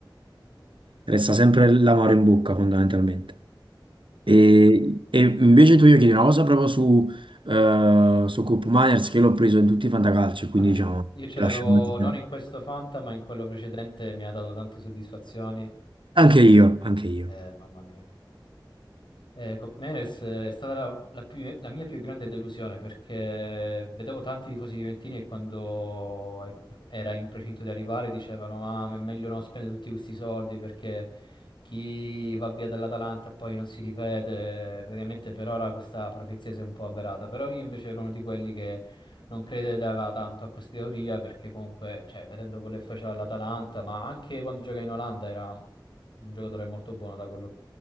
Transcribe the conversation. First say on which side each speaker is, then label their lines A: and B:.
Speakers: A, on the right; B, on the left.
A: resta sempre l'amore in bocca fondamentalmente. E, e invece tu io chiedi una cosa proprio su, eh, su Coop Miners che l'ho preso in tutti i fantacalci, quindi
B: Eh,
A: diciamo
B: io ce
A: ti
B: l'avevo
A: lascio un attimo.
B: non in questo Fanta, ma in quello precedente mi ha dato tante soddisfazioni.
A: Anche io, anche io.
B: Eh, mamma mia. Eh, Cop Meners eh, è stata la, la più- la mia più grande delusione perché vedevo tanti tifosi juventini e quando e- era in procinto di arrivare dicevano: Ah, ma è meglio non spendere tutti questi soldi perché chi va via dall'Atalanta poi non si ripete. Praticamente per ora questa profezia si è un po' avverata. Però io invece ero uno di quelli che non credeva tanto a questa teoria perché comunque, cioè, vedendo quello che faceva l'Atalanta, ma anche quando gioca in Olanda era un giocatore molto buono da quello